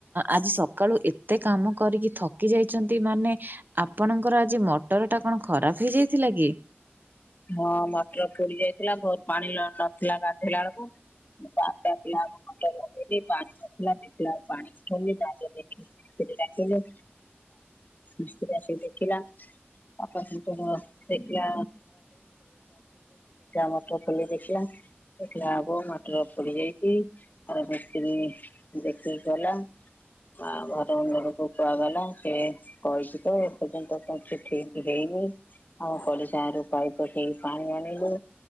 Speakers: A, on the right; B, on the left.
A: ଆଜି ସକାଳୁ ଏ ଏତେ କାମ କରିକି ଥକି ଯାଇଛନ୍ତି ମାନେ ଆ ଆପଣଙ୍କର ଆଜି ମଟରଟା କଣ ଖରାପ ହେଇଯାଇଥିଲା କି?
B: ହଁ ମଟର ପୋଡି ଯାଇଥିଲା ବହୁତ ପାଣି ନଥିଲା ଗାଧେଇଲା ବେଳକୁ। ଦେଖିଲା ବେଳକୁ ମଟର ଲଗେଇଲି ପାଣି ନଥିଲା ଦେଖିଲା ପାଣି ସରିଥିଲା। ମିସ୍ତ୍ରୀ ଡାକିଲୁ, ମିସ୍ତ୍ରୀ ଆସିକି ଦେଖିଲା। <unintelligible> ଠିକ୍ ଅଛି ଦେଖିଲା ମଟର ଖୋଲିକି ଦେଖିଲା ଦେଖିଲା ବେଳକୁ ମୋଟର ପୋଡି ଯାଇଛି ଆଉ ମିସ୍ତ୍ରୀ ଦେଖିକି ଗଲା। ଆ ଘର ଓନରକୁ କୁଆଗଲା ସେ କହିଛି ତ ଏପର୍ଯ୍ୟନ୍ତ କିଛି ଠିକ ହେଇନି ଆଉ ପଡ଼ିଶା ଘରୁ ପାଇପ ପକେଇକି ପାଣି ଆଣିଲୁ,